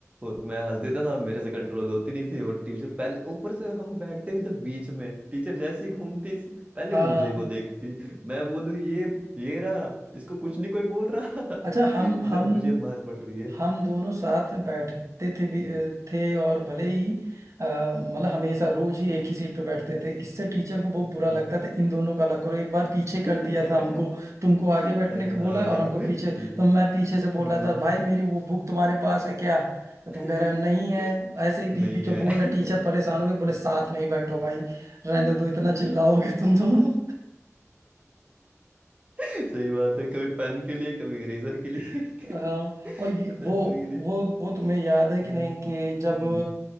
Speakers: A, on the right (about 25°); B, on the right (about 70°).
A: और मैं हंस देता था मेरे से कंट्रोल होती नहीं थी और टीचर पहले ऊपर से हम बैठते भी थे बीच में टीचर जैसे ही घूमती से- पहले
B: हाँ
A: मुझे को देखती मैं बोलूं ये ये रहा इसको कुछ नहीं कोई बोल रहा <laughs>
B: अच्छा हम
A: इधर
B: हम
A: मुझे मार पड़ रही है
B: हम दोनों साथ में बैठते थे भी थे और भले ही अ, मतलब हमेशा रोज ही एक ही सीट पे बैठते थे इससे टीचर को बहुत
A: हम्म
B: बुरा लगता था इन दोनों का अलग करो एक बार पीछे कर
A: <laughs>
B: दिया था हमको तुमको आगे बैठने
A: अरे
B: को
A: हाँ
B: बोला और हमको पीछे
A: ये,
B: तो मैं पीछे
A: हम्म,
B: से बोल रहा था भाई मेरी वो बुक तुम्हारे पास है क्या तो
A: <laughs>
B: तुम कह रहे हो नहीं है ऐसे ही बीच
A: नहीं
B: बीच में
A: है
B: बोल रहे
A: <laughs>
B: टीचर परेशान हो गए बोले साथ में ही बैठो भाई रहने दो इतना चिल्लाओगे तुम दोनों
A: सही बात है कभी पेन के लिए कभी इरेजर के लिए
B: <laughs> हाँ
A: <laughs>
B: और ये-
A: तो पेंसिल
B: वो
A: के लिए
B: वो वो तुम्हें याद है कि
A: हम्म,
B: नहीं कि जब
A: हम्म,